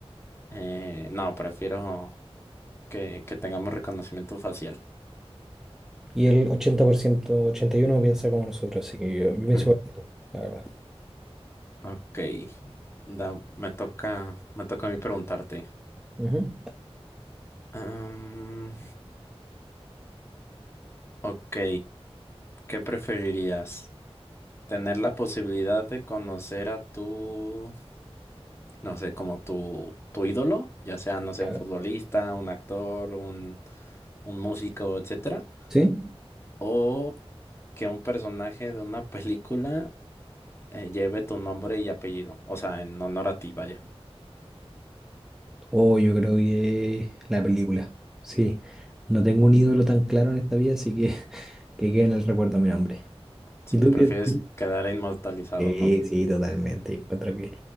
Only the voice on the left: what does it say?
eh, no, prefiero que, que tengamos reconocimiento facial.
Ujú.
Ok, Da- me toca, me toca a mí preguntarte.
Am, ok, ¿qué preferirías? tener la posibilidad de conocer a tu, no sé, como tu, tu ídolo, ya sea, no sé,
un futbolista, un actor, un, un músico, etcétera,
o que un personaje de una <laughs> película eh, lleve tu nombre y apellido, o sea, en honor a ti, vaya.
Si
prefieres
quedar inmortalizado,
¿no?